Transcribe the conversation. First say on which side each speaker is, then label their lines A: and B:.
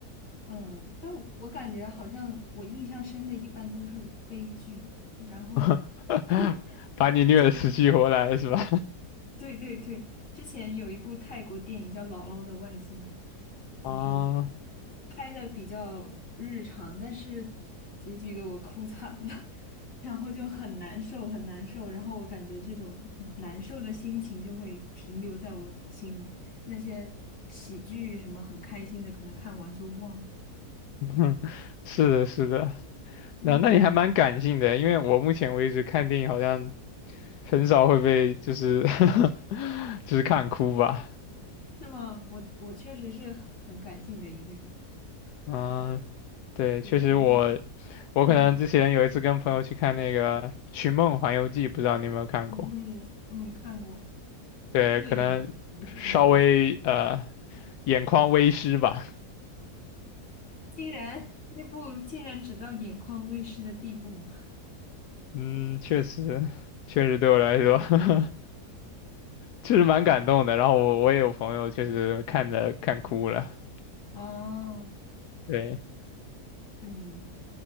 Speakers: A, on the left; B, on the left.
A: 嗯，但我感觉好像我印象深的一般都是悲剧，然后
B: <laughs>
A: <laughs>
B: 把你虐得死去活来是吧？
A: 就对对对，之前有一部泰国电影叫《姥姥的外孙》，就是
B: <laughs> 啊，
A: 拍的比较日常，但是结局给我哭惨了，<laughs> 然后就很难受很难受，然后我感觉这种难受的心情就会停留在我心里，那些喜剧什么很开心的，可能看完就忘了。
B: <laughs> 是的，是的，
A: 嗯。
B: 那那你还蛮感性的，因为我目前为止看电影好像很少会被就是 <laughs> 就是看哭吧。
A: 是吗？我我确实是很感性的一个人，
B: 嗯，对，
A: 对，
B: 确实我
A: 然后
B: 我可能之前有一次跟朋友去看那个《寻梦环游记》，
A: 嗯
B: 不知道你有没有看过？
A: 嗯嗯嗯，看过
B: 对，
A: 那个也嗯那啥，
B: 可能稍微呃眼眶微湿吧。
A: 竟然那部竟然只到眼眶微湿的地步吗？
B: 嗯，确实，确实对我来说。<laughs> 确实蛮感动的。
A: 好吧，
B: 然后我我也有朋友确实看的看哭了。
A: 哦，
B: 对，
A: 嗯，